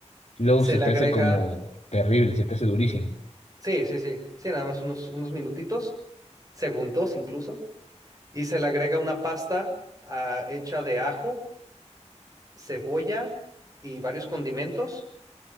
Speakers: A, on the left; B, on the right.
A: Luego
B: se
A: se
B: le
A: te
B: agrega,
A: hace como terrible, se te hace durísimo.
B: sí, sí, sí, sí, nada más unos, unos minutitos, segundos incluso. Y se le agrega una pasta ah, hecha de ajo, cebolla y varios condimentos